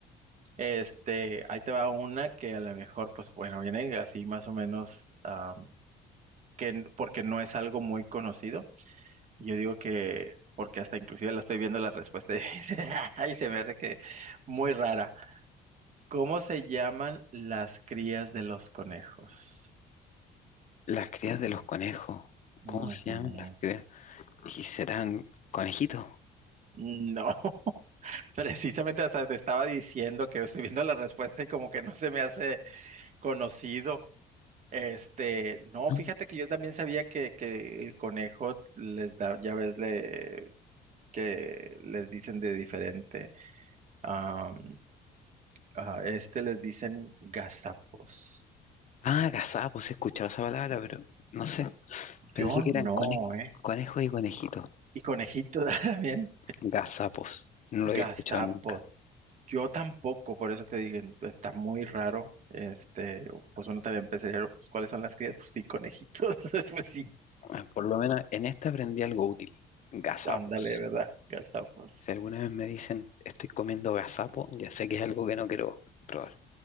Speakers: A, on the right; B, on the left.
A: Este, ahí te va una que a lo mejor, pues bueno, viene así más o menos, am, que n- porque no es algo muy conocido. Yo digo que, porque hasta inclusive la estoy viendo la respuesta y <laughs> y se me hace que muy rara. ¿Cómo se llaman las crías de los conejos?
B: Las crías de los conejos.
A: Ujú.
B: ¿Cómo se llaman las crías? ¿Y serán conejitos?
A: No, <laughs> precisamente hasta te estaba diciendo que estoy viendo la respuesta y como que no se me hace conocido. Este, no,
B: ¿No?
A: fíjate que yo también sabía que, que el conejo les da, ya ves, le, que les dicen de diferente. Am, a este les dicen gazapos.
B: Ah, gazapos, he escuchado esa palabra, pero no sé. Pensé
A: Yo
B: que
A: no,
B: eran conejos,
A: ¿eh?
B: conejos y conejitos.
A: Y conejito <laughs> también,
B: Gazapos. No
A: gazapos.
B: lo había escuchado nunca.
A: Yo tampoco, por eso te digo, está muy raro. Este, pues uno también pensaría, pues, ¿cuáles son las crías? Pues sí, conejitos, <laughs> pues sí,
B: Ah, Por lo menos en esta aprendí algo útil. Gazapos.
A: ándale, ¿verdad? Gazapos.
B: Si alguna vez me dicen estoy comiendo gazapo, ya sé que es algo que no quiero probar.